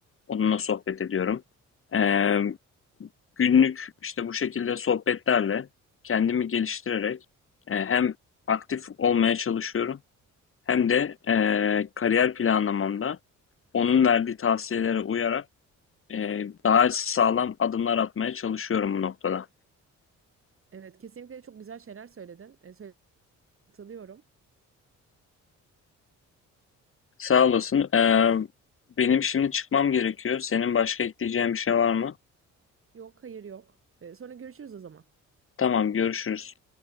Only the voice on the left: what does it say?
onunla sohbet ediyorum. Ee, günlük işte bu şekilde sohbetlerle kendimi geliştirerek e, hem aktif olmaya çalışıyorum hem de e, kariyer planlamamda onun verdiği tavsiyelere uyarak e, daha sağlam adımlar atmaya çalışıyorum bu noktada.
Sağ olasın.
Ee, benim şimdi çıkmam gerekiyor. Senin başka ekleyeceğin bir şey var mı?
Tamam, görüşürüz.